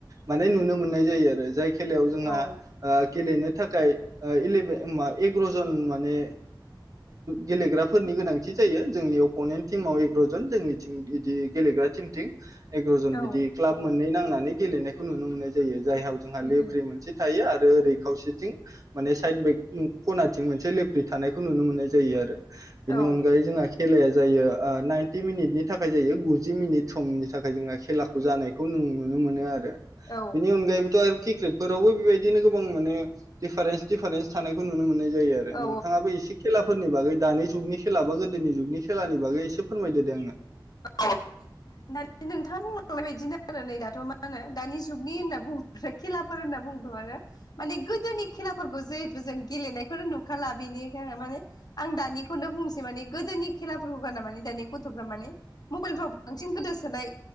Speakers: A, on the right; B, on the left.
A: माने नुनो मोननाय जायो आरो जाय खेलायाव जोंहा
B: औ
A: गेलेनो थाखाय इलेबेन एग्र'जन माने गेलेग्राफोरनि गोनांथि जायो जोंनि अपनेन्ट टिमाव एग्र'जन जोंनि टिम बिदि गेले ग्रा टिम थिं एग्र'जन
B: औ
A: बिदि क्लाब मोननै नांनानै गेलेनायखौ नुनो मोननाय जायो जाहाव जोंहा
B: उम
A: लेफ्रि
B: उम
A: मोनसे थायो आरो आरो ओरै खावसेथिं माने साइद बेक खनाथिं मोनसे लेफ्रि थानायखौ नुनो मोननाय जायो आरो बेनि
B: औ
A: अनगायै जोंहा खेलाया जायो नाइनटि मिनिटनि थाखाय जायो गुजि मिनिट समनि थाखाय जोङो खेलाखौ जानायखौ नों नुनो मोनो आरो
B: औ
A: बेनि अनगायैबोथ' आरो क्रिकेटफोरावबो बेबायदिनो गोबां माने दिफारेन्स दिफारेन्स थानायखौ नुनो मोननाय जायो आरो
B: औ
A: नोंथाङाबो एसे खेला फोरनि बागै दानि जुगनि खेला बा गोदोनि जुगनि खेलानि बागै एसे फोरमायदो दे आंनो
B: <unintelligible> दानि नोंथाङा बुंलांनाय बदिनो आरो नै दाथ' मा होनो दानि जुगनि होनना बुङोब्लाथ' खेलाफोर होनना बुं <unintelligible> आरो माने गोदोनि खेलाफोरखौ जिहेथु जों गेलेनाय फोर नुखाला बेनिखाय माने आं दानिखौनो बुंसै माने गोदोनि खेलाफोरखौ गारना माने दानि गथ'फ्रा माने मबाइलफ्राव बांसिन गोदोसोनाय